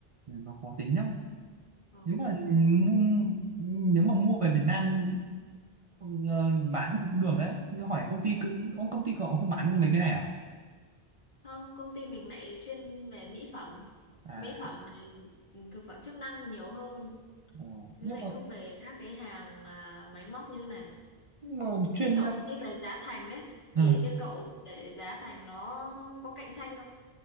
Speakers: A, on the right (about 40°); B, on the left (about 55°).
A: Ừ, nó khó tính lắm
B: đấy
A: nếu mà mua, nếu mà mua về Việt Nam Ừ, ờ, bán thì cũng được đấy nhưng hỏi công ty cưng ô, công ty cậu không bán mấy cái này à
B: Không, công ty mình lại chuyên về mỹ phẩm.
A: à
B: Mỹ phẩm này ừ, thực phẩm chức năng nhiều hơn,
A: Ờ,
B: chứ
A: nhưng
B: lại
A: mà
B: không về các cái hàng à, máy móc như này.
A: nhưng mà chuyên
B: Thế kiểu đi về giá thành ấy
A: ừ,
B: thì bên cậu để giá thành nó có cạnh tranh không?